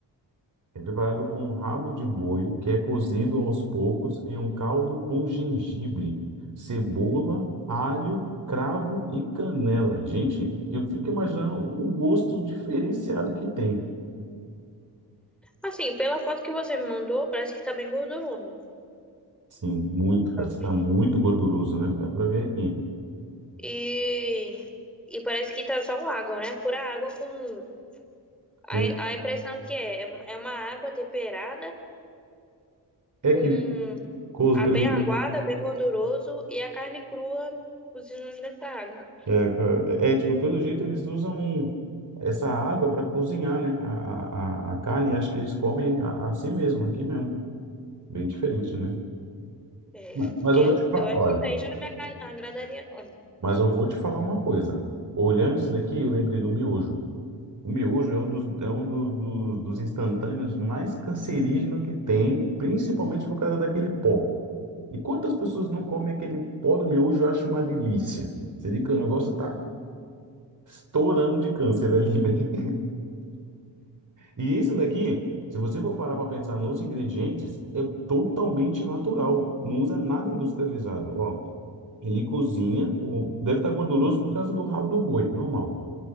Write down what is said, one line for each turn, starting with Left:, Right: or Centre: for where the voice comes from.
Right: É preparado com um rabo de boi, que é cozido aos poucos em um caldo com gengibre, cebola, alho, cravo e canela. Gente, eu fico imaginando o gosto diferenciado que tem.
Centre: Assim, pela foto que você me mandou, parece que tá bem gorduroso
Right: Sim, muito,
Centre: o carro.
Right: parece que tá muito gorduroso, né? Dá pra ver aqui.
Centre: E, e parece que tá só água, né? Pura água com.
Right: Com-
Centre: A, a impressão que é, é é uma água temperada
Right: é
Centre: com
Right: que cozo
Centre: a
Right: pelo
Centre: bem
Right: je-
Centre: aguada, bem gorduroso e a carne crua cozinhando nessa água.
Right: é, ca- é, tipo, pelo jeito eles usam essa água para cozinhar, né? A, a, a a carne, acho que eles comem a- assim mesmo, aqui mesmo. Bem diferente, né?
Centre: É,
Right: Mas mas
Centre: eu,
Right: eu vou te falar,
Centre: eu acho
Right: olha.
Centre: que isso aí já não me agra- agradaria, não.
Right: Mas eu vou te falar uma coisa. Olhando isso daqui, eu lembrei do miojo. O miojo é um dos, é um do- do- dos instantâneos mais cancerígeno que tem, principalmente por causa daquele pó. E quantas pessoas não comem aquele pó do miojo, eu acho uma delícia. Você vê que o negócio tá estourando de câncer ali, <laughs> velho. E isso daqui, se você for parar para pensar nos ingredientes, é totalmente natural. Não usa nada industrializado. Ó, ele cozinha, o... deve estar gorduroso por causa do rabo do boi, normal.